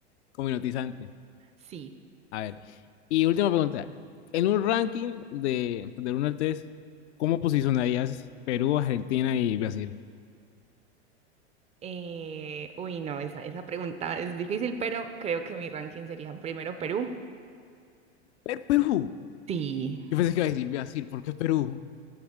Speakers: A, on the left; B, on the right.
A: como hipnotizante.
B: sí.
A: A ver, y última pregunta. En un ranking de, del 1 al 3, ¿cómo posicionarías Perú, Argentina y Brasil?
B: Eh, uy, no, esa, esa pregunta es difícil, pero creo que mi ranking sería primero Perú.
A: Per- Perú.
B: Sí,
A: Yo pensé que iba a decir Brasil, ¿por qué Perú?